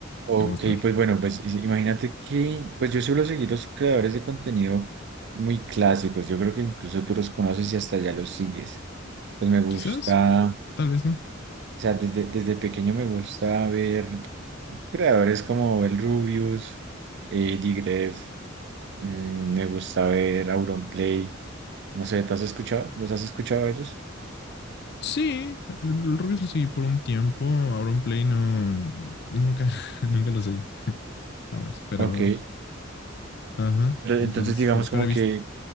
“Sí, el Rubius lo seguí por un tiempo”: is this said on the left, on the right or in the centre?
Left